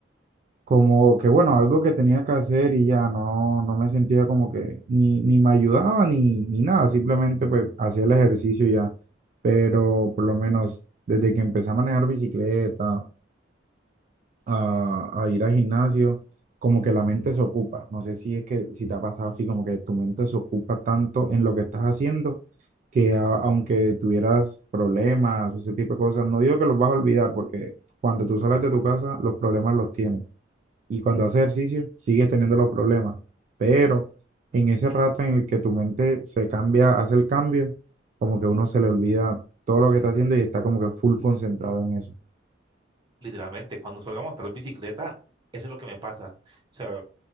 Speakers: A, on the right; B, on the right.
A: como que, bueno, algo que tenía que hacer y ya no, no me sentía como que ni, ni me ayudaba ni, ni nada, simplemente pues hacía el ejercicio y ya, pero por lo menos desde que empecé a manejar bicicleta, a, a ir al gimnasio, como que la mente se ocupa. No sé si es que si te ha pasado así, como que tu mente se ocupa tanto en lo que estás haciendo, que a- aunque tuvieras problemas, ese tipo de cosas, no digo que los vas a olvidar, porque cuando tú sales de tu casa, los problemas los tienes. Y cuando haces ejercicio, sigues teniendo los problemas. Pero en ese rato en el que tu mente se cambia, hace el cambio, como que uno se le olvida todo lo que está haciendo y está como que full concentrado en eso.
B: Literalmente, cuando salgo a montar bicicleta, eso es lo que me pasa. O sea,